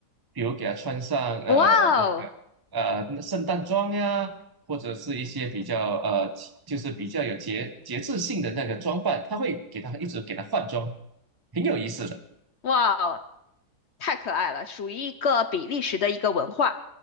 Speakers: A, on the right (about 20°); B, on the left (about 50°).
A: 比如给它穿上呃那个呃那圣诞装呀，
B: 哇哦。
A: 或者是一些比较呃就是比较有节节制性的那个装扮，它会给它一直给它换装，挺有意思的。
B: 哇哦，太可爱了，属于一个比利时的一个文化，